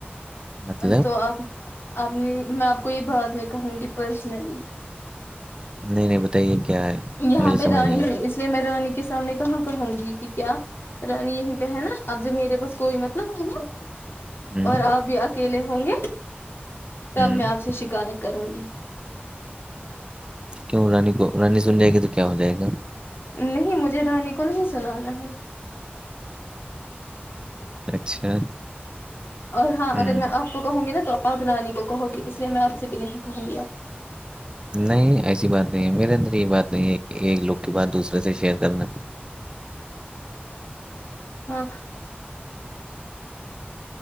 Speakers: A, on the right; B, on the left.
A: مطلب
B: تو آپ آپ نے میں آپ کو یہ بعات میں کہوں گی پرسنلی
A: نہیں نہیں بتائیے کیا ہے
B: یہاں
A: مجھے
B: پہ
A: سمجھ
B: رانی
A: نہیں آیا
B: ہے اس لیے میں رانی کے سامنے کہاں کہوں گی کہ کیا یہیں پہ ہے نا اب جب میرے پاس کوئی مطلب ہے نا
A: ہوں
B: اور آپ بھی اکیلے ہوں گے تب
A: ہوں
B: میں آپ سے شکایت کروں گی
A: کیوں رانی کو رانی سن جائے گی تو کیا ہو جائے گا
B: نہیں مجھے رانی کو نہیں سنانا ہے <unintelligible>
A: اچھا <unintelligible>
B: اور ہاں
A: ہوں
B: اگر میں آپ کو کہوں گی نا تو آپ نانی کو کہو گی اس لیے میں آپ سے بھی نہیں کہوں گی آپ
A: نہیں ایسی بات نہیں ہے میرے اندر یہ بات نہیں ہے ایک لوگ کی بات دوسرے سے شیئر کرنا
B: ہاں <unintelligible>